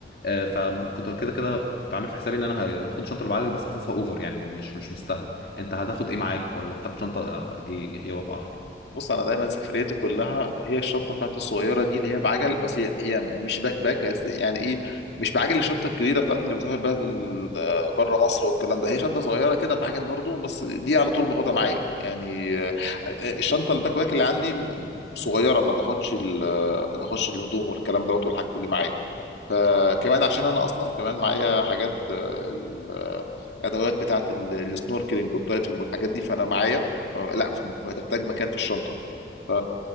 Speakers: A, on the left (about 60°); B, on the left (about 75°).
A: آه فكنت كده كده كنت عامل في حسابي ان انا ه- هاخد شنطه البعجل بس حاسسها اوفر يعني مش مش مستاهل انت هتاخد ايه معاك ولا هتاخد شنطه آه، ايه ايه وضعها
B: بص انا دايما سفرياتي كلها هي الشنطه بتاعتي الصغيره دي اللي هي بعجل بس هي هي مش باك باك بس يعني ايه مش بعجل الشنطه الكبيره بتاعت اللي بسافر بيها ال- آه، بره مصر والكلام ده هي شنطه صغيره كده بعجل برضو بس دي على طول باخدها معايا يعني آه، آه، الشنطه الباك باك اللي عندي صغيره ما تاخدش ال- آه، ما تاخدش الهدوم والكلام دوت والحاجات اللي معايا فكمان عشان انا اصلا كمان معايا حاجات آه، ال- آه، ادوات بتاعت السنوركلينج والدايفنج والحاجات دي فانا معايا آه، لا هتحتاج مكان في الشنطه ف-